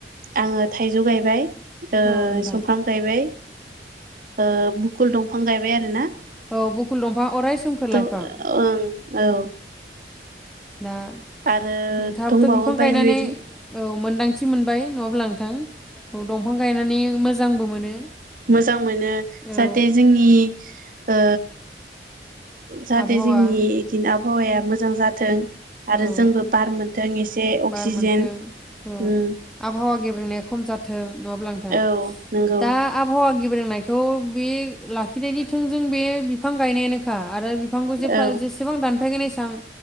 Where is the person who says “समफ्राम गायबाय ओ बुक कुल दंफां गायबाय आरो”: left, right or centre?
Right